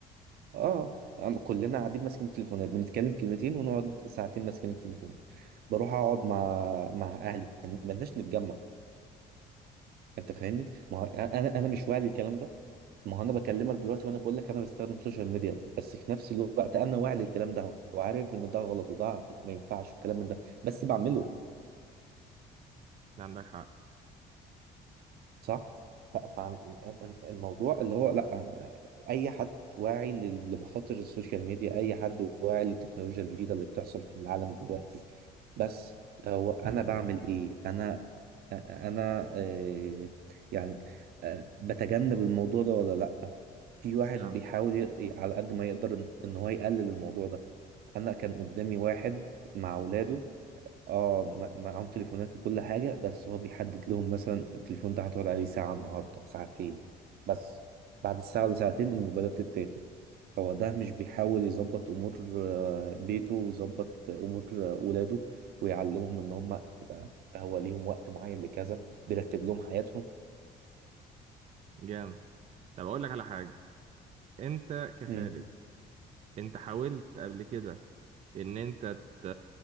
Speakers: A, on the right; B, on the right.
A: آه أم- كلنا قاعدين ماسكين التليفونات بنتكلم كلمتين ونقعد ساعتين ماسكين التليفون بروح أقعد مع مع أهلي مالناش نتجمع أنت فاهمني ما هو أنا أنا مش واعي للكلام ده ما هو أنا بكلمك دلوقتي وأنا بقول لك أنا بستخدم السوشيال ميديا بس في نفس الوقت أنا واعي للكلام ده وعارف إن ده غلط وده ما ينفعش الكلام من ده بس بعمله
B: ده عندك حق
A: صح ف- فالموضوع اللي هو لا اي حد واعي ل- لمخاطر السوشيال ميديا اي حد واعي للتكنولوجيا الجديده اللي بتحصل في العالم دلوقتي بس هو انا بعمل ايه انا انا آه، يعني آه، بتجنب الموضوع ده ولا لا في
B: سام
A: واحد بيحاول ي- على قد ما يقدر ان إن هو يقلل الموضوع ده انا كان قدامي واحد مع اولاده اه م- معاهم تليفونات وكل حاجة بس هو بيحدد لهم مثلا التليفون ده هتقعد عليه ساعة النهاردة ساعتين بس بعد الساعة ولا ساعتين الموبايلات تتاخد هو ده مش بيحاول يظبط أمور آه، بيته ويظبط أمور آه، ولاده ويعلمهم إن هم يبقى هو ليهم وقت معين لكذا بيرتب لهم حياتهم
B: جامد طب اقول لك على حاجة انت كخالد
A: مم.
B: انت حاولت قبل كده ان انت ت...